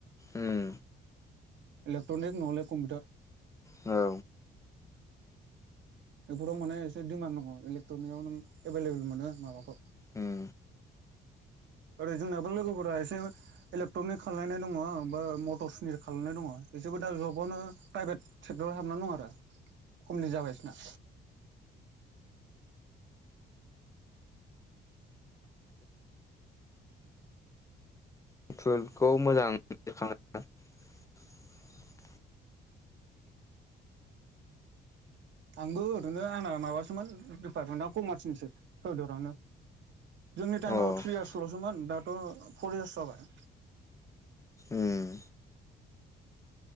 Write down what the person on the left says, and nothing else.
उम
औ
उम
टुल्खौ मोजां <unintelligible>
अ
उम